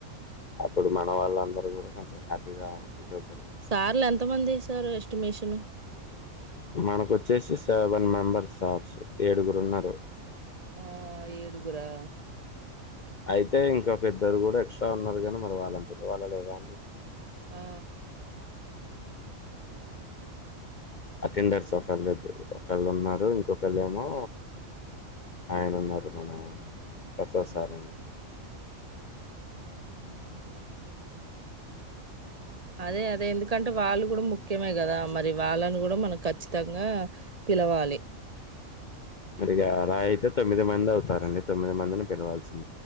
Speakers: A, on the left; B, on the right.
A: అప్పుడు
B: హ్మ్.
A: మన వాళ్ళందరు కూడా కొంచెం హ్యాపీగా ఫీల్ అవుతారు కదా
B: సార్లు ఎంత మంది సారు ఎస్టిమేషను
A: మనకొచ్చేసి సెవెన్ మెంబర్ సార్స్ ఏడుగురున్నారు
B: ఆ ఏడుగురా
A: అయితే ఇంకా పెద్దరు కూడా ఎక్స్ట్రా ఉన్నారు కాగానీ మరి వాళ్ళం పిలవాళ్ళ గదా
B: ఆ
A: అటెండర్స్ ఒకళ్దు ఒకళ్ళు ఉన్నారు ఇంకొకళ ఏమో ఆయన ఉన్నారు మన ప్రసాద్
B: ఆ
A: సారండి
B: ఆహా అదే అదే ఎందుకంటే వాళ్ళు కూడా ముఖ్యమే కదా మరి వాళ్ళను కూడా మనం ఖచ్చితంగా పిలవాలి
A: మరి అలా అయితే తొమ్మిది మంది అవుతారండి తొమ్మిది మందిని పిలవాల్సి